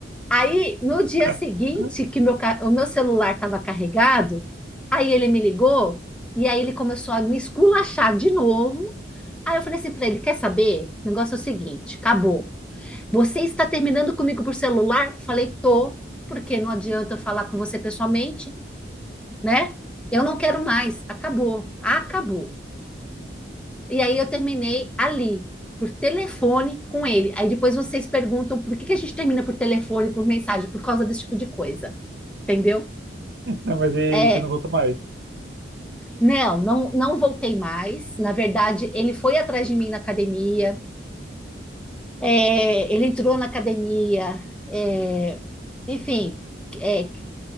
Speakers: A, in the centre; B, on the right (about 65°).
A: Aí, no dia
B: <laughs>
A: seguinte, que meu, o meu celular estava carregado, aí ele me ligou e aí ele começou a me esculachar de novo. Aí eu falei assim para ele: quer saber? O negócio é o seguinte: acabou. Você está terminando comigo por celular? Falei, tô, porque não adianta eu falar com você pessoalmente né? Eu não quero mais, acabou, acabou. E aí eu terminei ali, por telefone com ele. Aí depois vocês perguntam por que que a gente termina por telefone, por mensagem, por causa desse tipo de coisa, entendeu?
B: Não, mas e aí,
A: É,
B: você não voltou mais?
A: não, não, não voltei mais. Na verdade, ele foi atrás de mim na academia, é, ele entrou na academia, é, enfim, é,